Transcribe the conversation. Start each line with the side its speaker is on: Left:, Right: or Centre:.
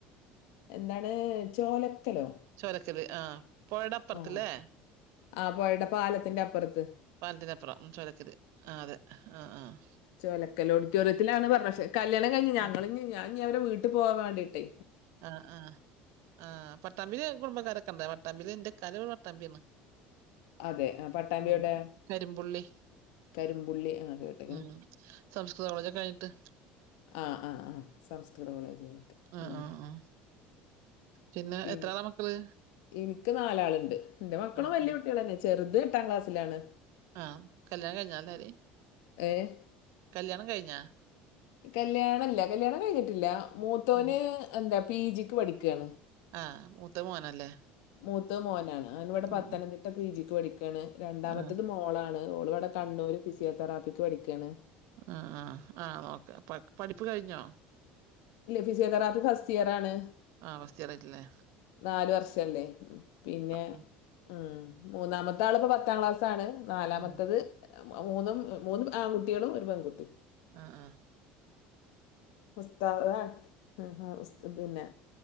Left: എന്താണ് ചോലക്കലോ.
Right: ചുരക്കല് ആ പോയടെ അപ്പർത്ത്ല്ലേ?
Left: ആ ആ പൊയടെ പാലത്തിന്റെ അപ്പർത്ത്.
Right: പാലറ്റന്റെപ്പറം ചോലക്കല് ആ അതെ ആഹ ആഹ്
Left: ചോലക്കൽ ഓഡിറ്റോറിയത്തിലാണ് പറഞ്ഞു പക്ഷെ കല്യാണം കഴിഞ് ഞങ്ങൾഞ്ഞി
Right: ആ
Left: ഞാഇഞ്ഞി അവരെ വീട്ട് പോവാൻ വാണ്ടിയിട്ടെ
Right: ആ ആ ആ പട്ടാമ്പില് കുടുംബക്കാരൊക്കെ ഉണ്ട് ഇന്റെ ഇക്കാന്റെ വീട് പട്ടാമ്പി ആണ്
Left: അതെ ആ, പട്ടാമ്പിയുടെ
Right: ഉ ഇരുമ്പുള്ളി
Left: കരിമ്പുള്ളി ആ കേട്ടിക്കണ്
Right: ഉം സംസ്കൃത കോളേജൊക്കെ ആയിട്ട്
Left: ആഹ് ആഹ് ആഹ് സംസ്കൃത കോളേജഞിട്ട്
Right: ആ
Left: ഉം
Right: ആ ആ. പിന്നെ
Left: പി
Right: എത്ര ആളാ മക്കള്?
Left: എനിക്ക് നാലാളുണ്ട് എന്റെ മക്കളും
Right: ആ ആ.
Left: വല്യ കുട്ട്യോളന്നെ ചെറുത് എട്ടാം ക്ലാസ്സിലാണ്
Right: ആഹ കല്യാണം കഴിഞ്ഞാല്ലാരിം
Left: ഏഹ
Right: കല്യാണം കഴിഞ്ഞാ
Left: കല്യാണല്ല കല്യാണം കഴിഞ്ഞിട്ടില്ല മൂത്തോന്
Right: ആ.
Left: എന്താ പി ജി ക്ക് പഠിക്കാണ്
Right: ആഹ മൂത്തത് മോനല്ലേ
Left: മൂത്ത മോനാണ് ഞാനിവിടെ
Right: ഉം.
Left: പത്തനംതിട്ട
Right: ഉം.
Left: പി ജിക്ക് പഠിക്കണ് രണ്ടാമത്തത്
Right: ആ.
Left: മോളാണ് മോൾ ഇവിടെ കണ്ണൂർ ഫിസിയോതെറാപ്പി ക്ക് പഠിക്കാണ്
Right: ആഹ ആ ആ നോക്ക പഠിപ്പ് കഴിഞ്ഞോ?
Left: ഫിസിയോ തെറാപ്പി ഫസ്റ്റ് ഇയർ ആണ്
Right: ആഹ ഫസ്റ്റിയറായിട്ടില്ലേ
Left: നാല് വർഷല്ലേ പിന്നെ
Right: ആ.
Left: ഉം മൂന്നാമ രാള്പ്പൊ പത്താം ക്ലാസ് ആണ് നാലാമത്തത്
Right: ആ.
Left: മൂന്നും മൂന്നും ആൺകുട്ട്യോളും ഒരു പെൺകുട്ടിം
Right: ആഹ ആഹ
Left: ഉസ്താണ് ഹ് ഹ് പിന്നെ